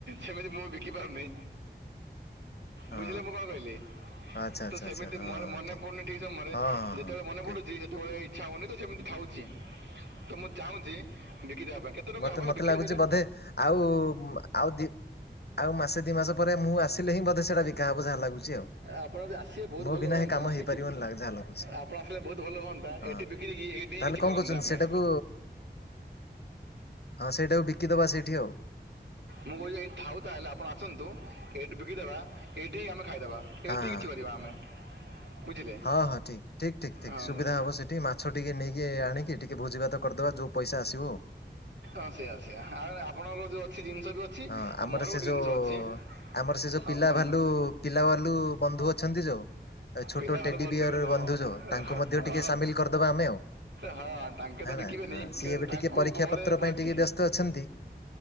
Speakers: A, on the right; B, on the left.
A: ସେମିତି ମୁଁ ବିକି ପାରୁନି।
B: <inaudible> ହଁ
A: ବୁଝିଲେ ମୁଁ କଣ କହିଲି?
B: ଆଚ୍ଛା
A: ତ
B: ଆଚ୍ଛା
A: ସେମିତି
B: ଆଚ୍ଛା ହଁ
A: ମ
B: ହଁ
A: ମନେ ପଡୁନି ଠିକ ସମୟରେ
B: ହଁ ହଁ
A: ଯେତେବେଳେ
B: ହଁ
A: ମନେ
B: ଠିକ।
A: ପଡୁଚି ଯେତେବେଳେ ଇଛା ହଉନି ତ ସେମିତି ଥାଉଛି ତ ମୁଁ ଚାହୁଁଛି ବିକି ଦେବା <unintelligible>
B: ମତେ ମତେ
A: ବିକିଲେ
B: ଲାଗୁଛି
A: ସେଇଟା
B: ବୋଧେ ଆଉ ଆଉ ଦି ଆଉ ମାସେ ଦିଇ ମାସ ପରେ ମୁଁ ଆସିଲେ ହିଁ ବୋଧେ ସେଟା ବିକା ହବ ଯାହା ଲାଗୁଛି ଆଉ।
A: ଆପଣ ଯଦି ଆସିବେ ବହୁତ
B: ମୋ
A: ଭଲ
B: ବିନା
A: ହୁଅନ୍ତା
B: ହେ କାମ ହେଇପାରିବନି
A: ବିକି
B: ଲା ଯାହା ଲାଗୁଛି
A: ଆପଣ ଆସିଲେ ବହୁତ ଭଲ ହୁଅନ୍ତା
B: ହଁ
A: ଏଠି ବିକି ଦେଇକି ଏଇ ନେଇ
B: ତାହେଲେ
A: କିଛି
B: କଣ
A: କରନ୍ତେ
B: କରୁଛନ୍ତି
A: ଆମେ।
B: ସେଇଟାକୁ ହଁ ସେଇଟାକୁ ବିକିଦବା ସେଇଠି ଆଉ।
A: ମୁଁ କହୁଛି ଏଇଠି ଥାଉ ତାହେଲେ ଆପଣ ଆସନ୍ତୁ ଏଇଠି ବିକିଦେବା ଏଇଠି ହିଁ ଆମେ ଖାଇଦେବା।
B: ହଁ
A: ଏଇଠି
B: ହଁ।
A: କିଛି କରିବା ଆମେ। ବୁଝିଲେ
B: ହଁ ହଁ ଠିକ ଠିକ ଠିକ ଠିକ
A: ହଁ
B: ସୁବିଧ ହବ। ଟିକେ ମାଛ ଟିକେ ନେଇକି ଆଣିକି ଟିକେ ଭୋଜିଭାତ କରିଦବା ଯେଉଁ ପଇସା ଆସିବ ଆଉ।
A: ଅଁ ସେଆା ସୋ ଆଉ ଆପଣଙ୍କର ଯୋଉ ଅଛି ଜିନିଷ ବି ଅଛି।
B: ହଁ
A: ଆଉ
B: ଆମର
A: ମୋର
B: ସେ
A: ଗୋଟେ
B: ଯୋଉ
A: ଜିନିଷ ଅଛି
B: ଆମର ସେ ଯୋଉ
A: ହଁ
B: ପିଲା
A: କୁହନ୍ତୁ
B: ଭାଲୁ ପିଲା ବାଲୁ ବନ୍ଧୁ ଅ ଅଛନ୍ତି ଯୋଉ ଛୋଟ
A: ପିଲା
B: ଟେଡି
A: ଭଲ
B: ବିୟର
A: ହଁ
B: ବନ୍ଧୁ ଯୋଉ ତାଙ୍କୁ
A: ହଁ
B: ମଧ୍ୟ
A: ହଁ
B: ଟିକେ ସାମିଲ କରିଦବା ଆମେ ଆଉ।
A: ହଁ, ତାଙ୍କେ ତ
B: ହେ
A: ବିକିବେନି
B: ନା ହଁ ସିଏ
A: କିନ୍ତୁ
B: ଏବେ
A: ତାଙ୍କୁ
B: ଟିକେ ପରୀକ୍ଷା
A: ପରେ
B: ପତ୍ର
A: ଭୋଜି
B: ପାଇଁ ଟିକେ ବ୍ୟସ୍ତ ଅଛନ୍ତି।